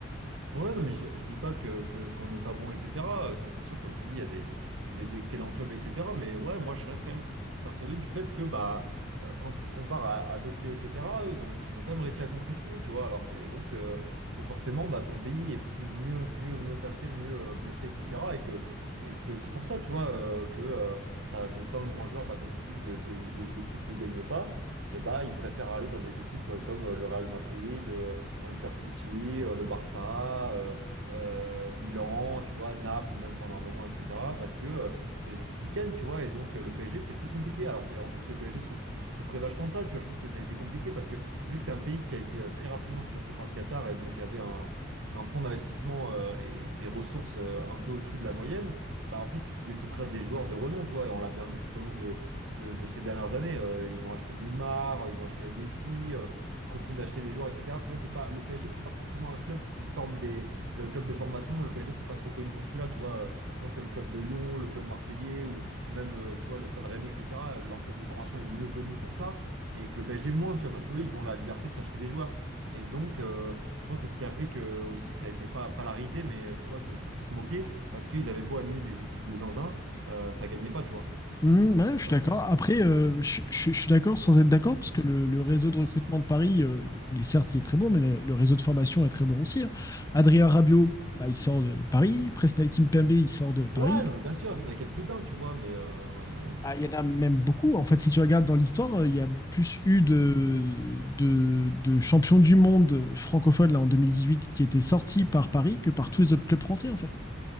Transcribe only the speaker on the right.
Ouais, non, mais je, je dis pas que, que- qu'on n'est pas bon, etc. euh, Ça, c'est sûr, comme tu dis, il y a des, des- d'excellents clubs, etc. Mais ouais, moi, je reste quand même persuadé du fait que, bah, euh, quand tu le compares à, à d'autres pays, etc., eux, ils ont, ils ont quand même réussi à concrétiser, tu vois. Alors que, et donc, euh, que forcément, bah, ton pays est plus mieux, mieux, mieux placé, mieux, euh, mieux fait, etc. Et que, et que c'est aussi pour ça, tu vois, euh, que euh, t'as de plein de grands joueurs, bah, comme tu dis, de, de, ou de- d'équipes gagnent pas, et bah, ils préfèrent aller dans des équipes euh, comme euh, le Real Madrid. euh, Manchester City, euh, le Barça, euh, euh, Milan, tu vois, Naples même pendant un moment, etc. Parce que euh, c'est des équipes qui gagnent, tu vois, et donc euh, le PSG c'était plus compliqué. Alors et en plus le PSG souffre, souffrait vachement de ça, tu vois, je trouve que ça a été compliqué parce que vu que c'est un pays qui a été euh, très rapidement financé par le Qatar et donc qui avait un, un fonds d'investissement euh, et des ressources euh, un peu au-dessus de la moyenne, bah en fait ils pouvaient s'offrir des joueurs de renom, tu vois, et on l'a bien vu tout au long de de, de ces dernières années. Euh, ils ont acheté Neymar, ils ont acheté Messi. euh, ils continuent d'acheter des joueurs, etc. Tu vois, c'est pas, le PSG, c'est pas forcément un club qui forme des. Le club de formation, le PSG, c'est pas trop connu pour celui-là. Tu vois, Euh, je pense que le club de Lyon, le club marseillais, ou même, euh, tu vois, le Stade Rennais, etc., leur club de formation est mieux connu pour ça, et que le PSG moins, tu vois, parce que eux, ils ont la liberté de s'acheter des joueurs. Et donc, euh, je pense que c'est ce qui a fait que aussi ça a été pas, pas la risée, mais euh, tu vois que beaucoup se moquaient parce qu'ils avaient beau aligner des équipes de zinzin, euh, ça gagnait pas, tu vois.
Je
sais
pas
ce que tu,
ce que t'en
penses là-dessus.
Ouais, non, mais bien sûr, il y en a quelques-uns, tu vois, mais euh,